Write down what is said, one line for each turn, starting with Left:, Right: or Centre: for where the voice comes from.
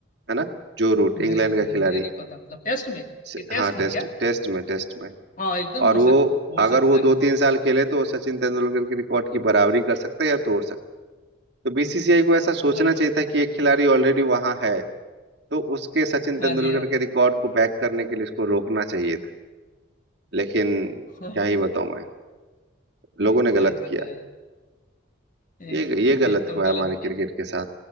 Right: है ना जो रूट
Left: नहीं
Right: इंग्लैंड
Left: नहीं
Right: का खिलाड़ी
Left: मुझे नहीं पता मतलब टेस्ट में
Right: से-
Left: ये टेस्ट
Right: हाँ टेस्ट
Left: में क्या
Right: टेस्ट में टेस्ट में
Left: हाँ एकदम
Right: और
Left: हो
Right: वो
Left: सक हो
Right: अगर
Left: सकता
Right: वो
Left: है
Right: दो
Left: हो सकता
Right: तीन साल खेले तो वो सचिन तेंदुलकर की रिकॉर्ड की बराबरी कर सकता है या तोड़ तो बीसीसीआई को ऐसा सोचना
Left: है अरे
Right: चाहिए
Left: वाह,
Right: था कि एक खिलाड़ी ऑलरेडी वहां है तो उसके सचिन तेंदुलकर
Left: हाँ जी हाँ
Right: के रिकॉर्ड को बैक करने के लिए इसको रोकना चाहिए था लेकिन
Left: अरे
Right: क्या ही बताऊं मैं लोगों
Left: ये
Right: ने
Left: क्या
Right: गलत
Left: ही बताया
Right: किया
Left: जाए। एकदम
Right: ये ये गलत
Left: एकदम
Right: हुआ है
Left: गलत
Right: हमारे क्रिकेट
Left: किया
Right: के साथ